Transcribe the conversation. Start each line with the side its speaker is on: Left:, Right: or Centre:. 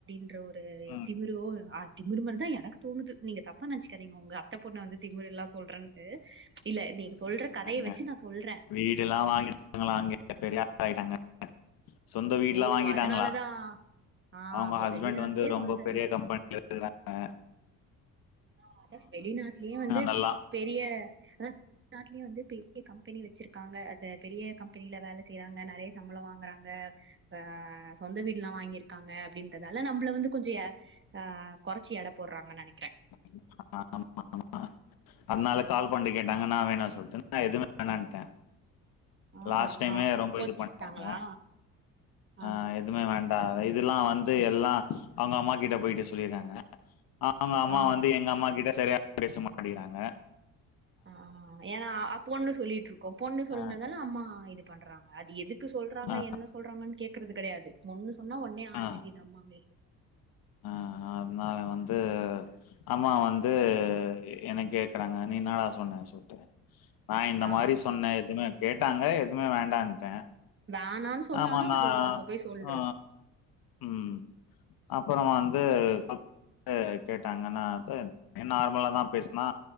Right: ன்ற <unintelligible> ஆ
Left: ம்
Right: திமிரோ அட் திமுரு மாரிதா எனக்கு தோணுது நீங்க தப்பா நெனச்சுக்காதீங்க உங்க அத்தை பொண்ண வந்து திமுருல்லா சொல்றேன்ட்டு
Left: <unintelligible>
Right: இல்ல நீங்க சொல்ற கதைய வச்சு நா சொல்றே
Left: வீடு எல்லாம் <unintelligible> பெரிய ஆய்ட்டாங்க <inaudible> சொந்த வீட்லாம்
Right: ஓ
Left: வாங்கிட்டாங்களா
Right: அதனாலதா ஆ
Left: அவங்க
Right: அப்ப
Left: ஹஸ்பண்ட்
Right: வெளிநாட்லயே
Left: வந்து ரொம்ப
Right: சொந்த
Left: பெரிய கம்பெனில இருகாங்க
Right: <unintelligible> வெளிநாட்லயே வந்து
Left: நல்லா
Right: பெரிய ஆ நாட்லயே வந்து பெ பெ கம்பெனி வச்சிருக்காங்க அது பெரிய கம்பெனில வேல செய்யறாங்க நறைய சம்பளம் வாங்கறாங்க ஆஹ் சொந்த வீடுல்லாம் வாங்கிருக்காங்க அப்டின்றதால நம்மள வந்து கொஞ்சம் ஆ குறைச்சி எட போடுறாங்க நனைக்கிறேன்
Left: <inaudible> அதனால கா <unintelligible> கேட்டாங்க நா வேணா சொல்லிட்டு நா எதுவுமே வேணான்ட்டே
Right: ஆ
Left: லாஸ்ட் டைமே
Right: ஆ
Left: ரொம்ப
Right: கோச்சிக்கிட்டாங்களா
Left: இது பன்டாங்க
Right: ஆ
Left: ஆஹ் எதுனா வேண்ட இதெல்லாம் வந்து எல்லாம் அவங்க அம்மா கிட்ட போயிட்டுசொல்லிருக்காங்க அவங்க அம்மா
Right: ஆ
Left: வந்து எங்க அம்மா கிட்ட செ சரியா பேச மாட்டேங்றாங்க
Right: ஆஹ் ஏன்னா பொண்ணு சொல்லிட்ருக்கோ பொண்ணு சொன்னாதான
Left: ஆ
Right: அம்மா இது பண்றாங்க அது எதுக் க்கு சொல்றாங்க
Left: ஆ
Right: என்ன சொல்றாங்கன்னு கேட்கறது கிடையாது முன்னு சொன்ன உடனே ஆட
Left: ஆ
Right: வேண்டியது அம்மா <unintelligible>
Left: ஆ அதனால வந்து அம்மா வந்து என்ன கேக்குறாங்க நீ என்னடா சொன்னேன்னு சொல்ட்டு நான் இந்த
Right: ஆ
Left: மாரி சொன்ன எதுவுமே கேட்டாங்க எதுவுமே வேண்டான்ட்டே
Right: வேணான்னு சொன்னாலும்
Left: ஆமா நா
Right: அது அங்க போய் சொல்றது
Left: ஆ ம் அப்புறோ வந்து <inaudible> ஆ கேட்டாங்க நா இது நார்மலாதா பேசுனா